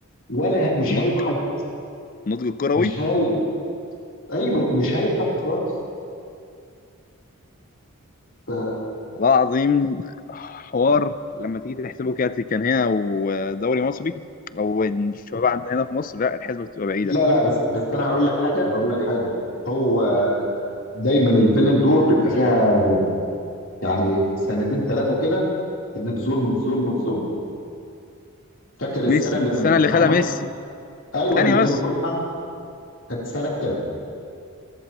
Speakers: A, on the left (about 60°); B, on the left (about 40°).
A: ولا ه- مش
B: نضج
A: هايب حد
B: نضج الكروي
A: مش هايب ايوه مش هايب حد خالص ف...
B: والله العظيم حوار لما تيجي تحسبه كده كان هنا ودوري مصري او الشباب عندنا هنا في مصر لا الحسبة بتبقى بعيدة
A: لا لا بس بس انا هقول لك حاجه هقول لك حاجه هو آه، دايما البالون دور بيبقى فيها ظلم يعني سنتين ثلاثه كده كانت ظلم في ظلم في ظلم فاكر السنه
B: ميسي
A: اللي كان
B: السنة اللي
A: محمد
B: خدها ميسي
A: ايوه
B: ثانية
A: اللي
B: بس
A: كان المفروض محمد كانت سنه كام